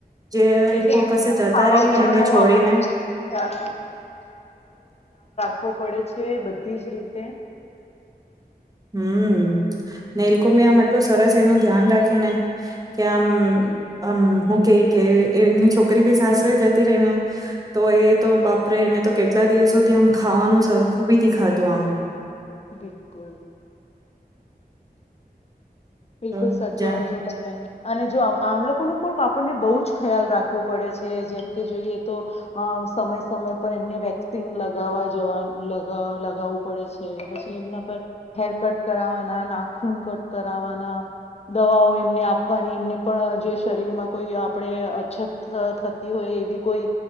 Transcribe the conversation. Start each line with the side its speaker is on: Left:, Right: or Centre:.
Right: જે એ
Left: એટલે
Right: લોકો
Left: એને
Right: કશે
Left: પણ
Right: જતા
Left: ખાવા
Right: રહી ને
Left: પીવાનો
Right: એને છોડીને.
Left: આપણે ખ્યાલ આપ પડે છે બધી જ રીતે.
Right: હમ નેલકુંભી આમટલું સરસ એનું ધ્યાન રાખેને. કે આમ હમ હું કે કે એમની છોકરી ભી સાસરે જતી ર ને તો એ તો બાપરે એને તો કે કેટલા દિવસોથી આમ ખાવાનું સરખું બી ખાધું આમ.
Left: બિલકુલ. બિલકુલ
Right: આમ તો
Left: સચું
Right: જાણ
Left: હો જો તો હ અને જો આમ આમ લોકોનું પણ આપણને બહુ જ ખ્યાલ રાખવો પડે છે જેમ કે જોઈએ તો અ સમય સમય પર એમને વેક્સિંગ લગાવવા જવા લગાવવું પડે છે પછી એમના પર હેર કટ કરાવવાના નાખૂન કટ કરાવવાના. દવાઓ એમને આપવાની એમને પણ જે શરીર માં કોઈ આપણે અછત થતી હોય એવી કોઈ